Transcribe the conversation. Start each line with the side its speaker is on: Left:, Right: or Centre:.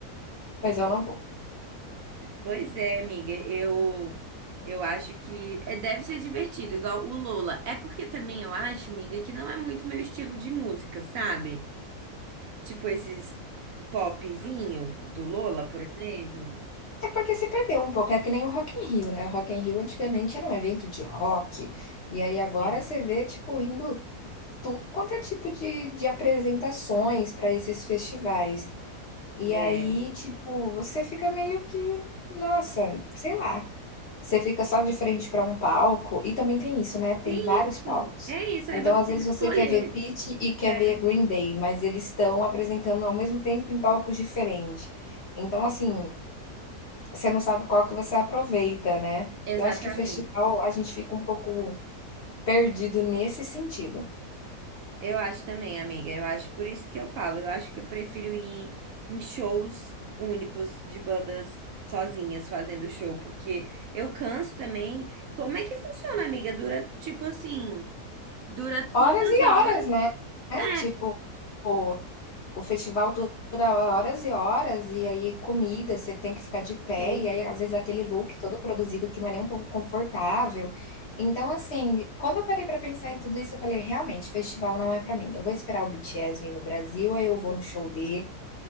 Left: mas eu não vou.
Right: Pois é, amiga. Eu eu acho que é, deve ser divertido, igual o Lola. É porque também eu acho, amiga, que não é muito meu estilo de música, sabe? Tipo esses popzinho do Lola, por exemplo.
Left: É porque se perdeu um pouco, é que nem o Rock in Rio, né? O Rock in Rio antigamente era um evento de rock, e aí agora
Right: É.
Left: você vê, tipo, indo tudo quanto é tipo de, de apresentações para esses festivais. E
Right: É.
Left: aí, tipo, você fica meio que, nossa, sei lá. Você fica só de frente para um palco, e também tem isso, né? Tem
Right: Tem
Left: vários palcos.
Right: isso. É isso. Aí
Left: Então,
Right: você
Left: às
Right: tem
Left: vezes,
Right: que
Left: você
Right: escolher.
Left: quer ver Pitty e quer
Right: É.
Left: ver Green Day, mas eles estão apresentando ao mesmo tempo em palcos diferentes. Então, assim, você não sabe qual que você aproveita, né?
Right: Exatamente.
Left: Eu acho que festival a gente fica um pouco perdido nesse sentido.
Right: Eu acho também, amiga. Eu acho, por isso que eu falo, eu acho que eu prefiro ir em, em shows únicos de bandas sozinhas fazendo show, porque eu canso também. Como é que funciona, amiga? Dura tipo assim, dura
Left: Horas
Right: quantas
Left: e
Right: horas?
Left: horas, né? É,
Right: É,
Left: Tipo, o, o festival dura horas e horas, e aí comida, você tem que ficar de pé,
Right: tem.
Left: e aí às vezes aquele look todo produzido que não é nem um pouco confortável. Então, assim, quando eu parei pra pensar em tudo isso, eu falei, realmente, festival não é pra mim. Eu vou esperar o BTS vir no Brasil, aí eu vou no show deles,